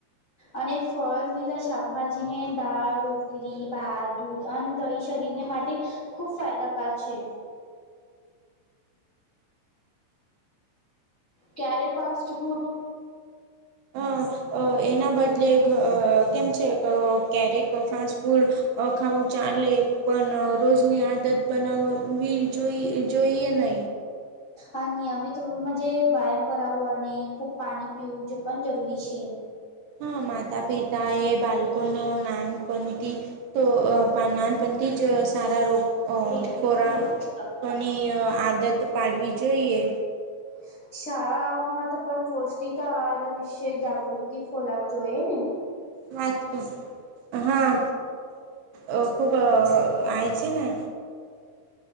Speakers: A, on the left (about 75°); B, on the right (about 75°).
A: અને ફલ, લીલા શાકભાજીને, દાળ, રોટલી, ભાત, દૂધ અને દહી શરીરને માટે ખૂબ ફાયદાકાર છે. ક્યારે ફાસ્ટ ફૂડ
B: અ અ એના બદલે ધ કેમ છે, ક કેરેક ફાસ્ટ ફૂડ અ ખાવું ચાલે પણ રોજની આદત બનાવવી જોઈ જોઈએ નય
A: <inaudible> વ્યાયામ કરાવવું અને ખુબ પાણી પીવું જે પણ જરૂરી છે.
B: હા માતા પિતા એ બાળકો ન નાનપથી તો અ નાનપન થી જ સારા રો અ
A: બે મિનિટ
B: ખોરા
A: ન ફક્ત
B: કની આદત પાડવી જોઈએ
A: હ શાળાઓમાં તો પણ પૌષ્ટિક આહાર વિશે જાગૃતિ ફોલાવ જોઈએ ને
B: વાતો હા અ ખુબ અ આય છે, ને